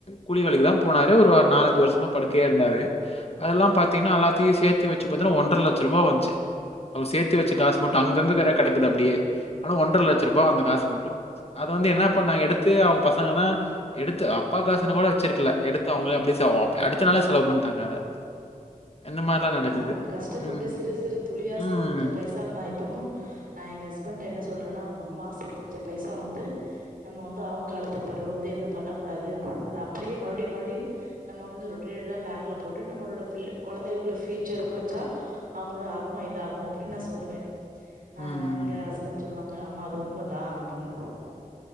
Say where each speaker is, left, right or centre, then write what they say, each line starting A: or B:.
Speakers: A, on the left; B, on the right.
A: கூலி வேலைக்குதான் போனாரு ஒரு நாலஞ்சு வருஷமா படுக்கையா இருந்தாரு அதெல்லாம் பாத்தீங்கன்னா எல்லாத்தையும் சேர்த்து வெச்சு பார்த்தீங்கன்னா ஒன்றரைலட்ச ரூபா வந்துச்சு அவரு சேர்த்தி வெச்ச காசு மட்டும் அங்கங்க கெடக் கெடக்குது அப்படியே ஆனா ஒன்றரை லட்ச ரூபா அந்த காசு மட்டும் அத வந்து என்னா பண்ணாங்க எடுத்து அவங்க பசங்கன்னா எடுத்து அப்பா காசுன்னு கூட வெச்சிருக்கல எடுத்து அவங்களே அப்பிடி செ அடுத்த நாளே செலவு பண்ணிட்டாங்க அத இந்த மாரிலாம்
B: ஏன்னா
A: நடக்குது.
B: அவங்க கஷ்டப்பட்டு
A: ம்.
B: சிறு சிறு துளியா சேர்த்து
A: ம்.
B: வெச்ச பைசா நா எப்பமும் ஆ எங்க ஹஸ்பண்ட என்ன சொல்றன்னா உங்க அம்மா சேர்த்து வெச்ச பைசா வந்து நம்ம வந்து அவங்க காலத்துக்கு பிறவு வந்து எதுவும் பண்ண கூடாது அது அப்படியே மறுபடியும் மறுபடியும் நம்ம வந்து ரொட்டேடடா பேங்கல போட்டு நம்மளோட பிள்ள கொழந்தைகளுக்குள்ள ஃபியூச்சர்க்கு வச்சா அவங்களோட ஆத்மா இதாகும் அப்பிடின்னு நான் சொல்லுவேன்
A: ம்.
B: ஆ அங்க ஹஸ்பண்ட் சொல்லுவாங்க ஆமா அது உண்மைதான் அப்படின்னு